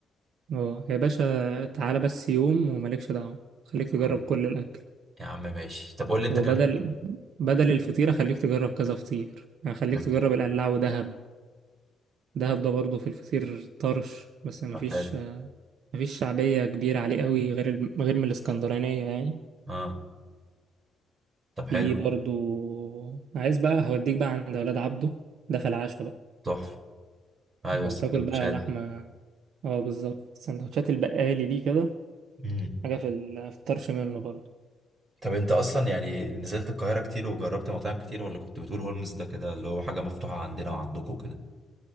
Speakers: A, on the right (about 75°); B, on the right (about 35°).
A: أه يا باشا تعالى بس يوم ومالكش دعوة خليك
B: يا
A: تجرب
B: عم
A: كل الأكل
B: يا عم ماشي طب قول لي انت
A: وبدل
B: اكلت ايه
A: بدل الفطيرة خليك تجرب كذا فطير يعني خليك
B: ماشي.
A: تجرب القلاع ودهب دهب ده برضه في الفطير طرش بس مفيش
B: طب حلو
A: مفيش شعبية كبيرة عليه قوي غير ال- غير من الإسكندرانية يعني
B: اه طب حلو
A: في برضو
B: كده.
A: عايز بقى هوديك بقى عند أولاد عبده ده في العشاء بقى
B: تحفه ايوه
A: وتاكل
B: السندوتشات
A: بقى لحمة
B: دي
A: اه بالظبط سندوتشات البقالي دي كده
B: امم
A: حاجة في ال- في الطرش منه برضو
B: طب انت اصلا يعني نزلت القاهره كتير وجربت مطاعم كتير ولا كنت بتقول هولمز ده كده اللي هو حاجه مفتوحه عندنا وعندكم كده